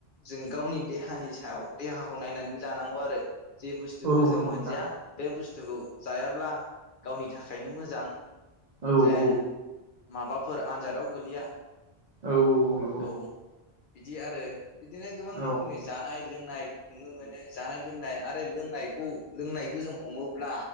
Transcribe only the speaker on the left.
जों गावनि देहानि सायाव देहाखौ नायनानैबो जानांगौ आरो। जि बुस्थुखौ
जों
मोनजाया
बे बुस्थुखौ जायाब्ला गावनि थाखायनो मोजां।
जेन
माबाफोर आनजादाव गोलैया
औ बिदि आरो बिदिनो गोबां
रोखोमनि जानाय लोंनाय नुनो मोनो जानाय लोंनाय आरो लोंनायखौ लोंनाय खौ जों हमोब्ला